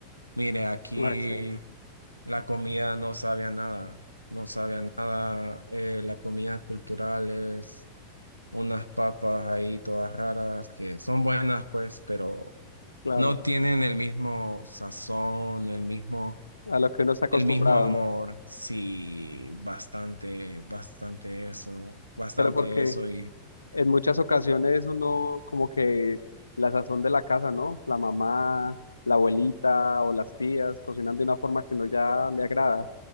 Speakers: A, on the right; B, on the left.
A: Mire, aquí
B: Ay, sí,
A: la comida no sabe a nada, no sabe a nada. eh, la comida cultural es unas papas ahí todas raras que son buenas pues, pero
B: claro,
A: no tienen el mismo sazón, el mismo,
B: a lo que uno está acostumbrado,
A: el mismo amor. Sí, bastante, bastante eso, bastante
B: pero porque
A: eso y
B: en muchas ocasiones uno como que la sazón de la casa, ¿no? La mamá, la abuelita o las tías cocinan de una forma que no ya le agrada.